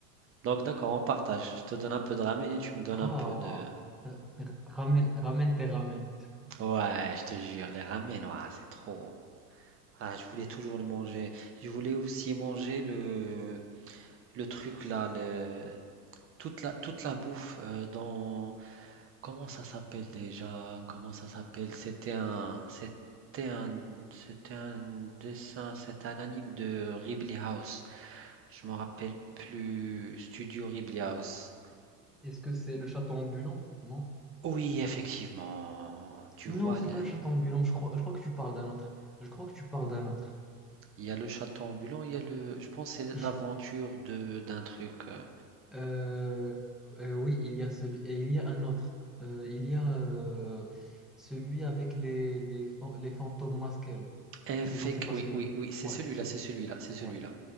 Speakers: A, on the right; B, in the centre.
A: Donc, d'accord, on partage. Je te donne un peu de ramen et tu me donnes
B: Ah,
A: un peu de.
B: euh, r- ramène, ramène tes ramènes.
A: Ouais, je te jure, les ramen, ouah, c'est trop. Ah, je voulais toujours le manger. Je voulais aussi manger le, le truc là, le... toute la, toute la bouffe euh, dans. Comment ça s'appelle déjà? Comment ça s'appelle? C'était un, c'était un, c'était un dessin, c'était un anime de Ghibli House. Je me rappelle plus. Studio Ghibli House.
B: Est-ce que c'est le château ambulant? Non.
A: Oui, effectivement. Tu
B: Non,
A: vois
B: c'est
A: le.
B: pas le château ambulant. Je crois, je crois que tu parles d'un autre. Je crois que tu parles d'un autre.
A: Il y a le château ambulant, il y a le. Je pense que c'est
B: Je,
A: l'aventure de d'un truc. euh,
B: Euh, euh, oui, il y a celui et il y a un autre. Euh, il y a euh, celui avec les, les, fan- les fantômes masqués. là.
A: Effect.
B: C'est, non, c'est pas
A: Oui,
B: celui-là.
A: oui, oui, c'est
B: Ouais,
A: celui-là,
B: c'est celui-là.
A: c'est celui-là, c'est celui-là.
B: Ouais,